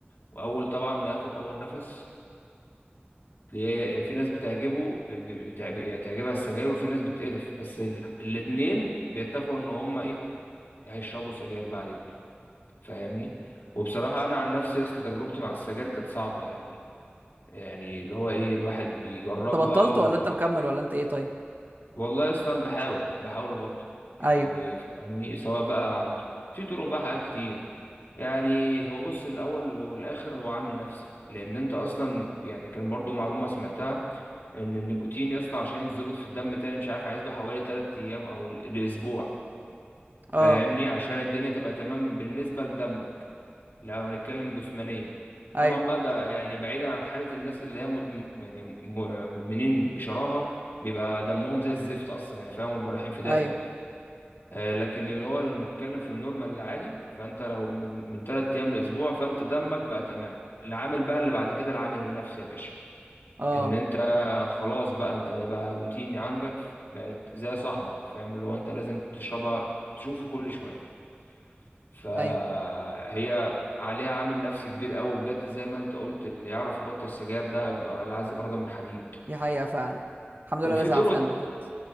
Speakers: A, on the left; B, on the right.
A: واول طبعا ما ياخد اول نفس يا يا في ناس بتعجبه بتعجب- يعني تعجبها السجاير وفي ناس بتقرف بس ال... الاتنين بيتفقوا ان هم ايه هيشربوا سجاير بعدين فاهمني وبصراحة انا عن نفسي يا اسطى تجربتي مع السجاير كانت صعبة يعني يعني اللي هو ايه الواحد بيجربها
B: انت بطلت
A: ويبقى
B: ولا انت مكمل ولا انت ايه طيب
A: والله يا اسطى انا بحاول بحاول ابطل يعني
B: ايوه
A: فاهمني سواء بقى عن في طرق بقى حاجات كتير يعني هو بص الاول والاخر هو عامل نفسي لان انت اصلا يعني كان برضو معلومة سمعتها ان النيكوتين يا اسطى عشان يتظبط في الدم تاني مش عارف عايز له حوالي 3 ايام او ل- لاسبوع
B: اه
A: فاهمني عشان الدنيا تبقى تمام بالنسبه لدمك لو هنتكلم جسمانيا
B: ايوه
A: طبعا بقى ده يعني بعيدا عن حاله الناس اللي هي مدم... يعني م- مدمنين بشراهه بيبقى دمهم زي الزفت اصلا يعني فاهم هم رايحين في داهيه
B: ايوه
A: آه، لكن اللي هو اللي بنتكلم في النورمال العادي فانت لو من من 3 ايام لاسبوع فانت دمك بقى تمام العامل بقى اللي بعد كده العامل النفسي يا باشا
B: اه
A: ان انت خلاص بقى انت ده بقى روتين عندك بقت زي صاحبك فاهم اللي هو انت لازم تشربها تشوفه كل شويه فهي
B: ايوه
A: عليها عامل نفسي كبير قوي بجد زي ما انت قلت اللي يعرف يبطل السجاير ده بيبقى العزيز اراده من حديد
B: دي حقيقة فعلا الحمد لله
A: وفي
B: الذي
A: طرق
B: عافانا بجد